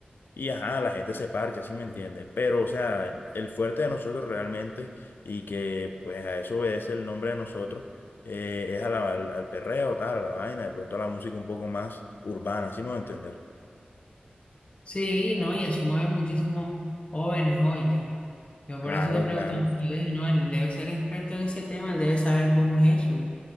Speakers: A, on the left (about 75°); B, on the left (about 35°).
A: y ajá, la gente se parcha, ¿sí me entiendes? Pero o sea, el fuerte de nosotros realmente y que pues a eso obedece el nombre de nosotros eh, es a la- al, al perreo, tal, a la vaina, de pronto a la música un poco más urbana, ¿sí me voy a entender?
B: Sí, no, y eso mueve muchísimos jóvenes hoy ya. Yo
A: Claro,
B: por eso te preguntaba,
A: claro.
B: porque yo dije, no, él debe ser experto en ese tema, él debe saber cómo es eso,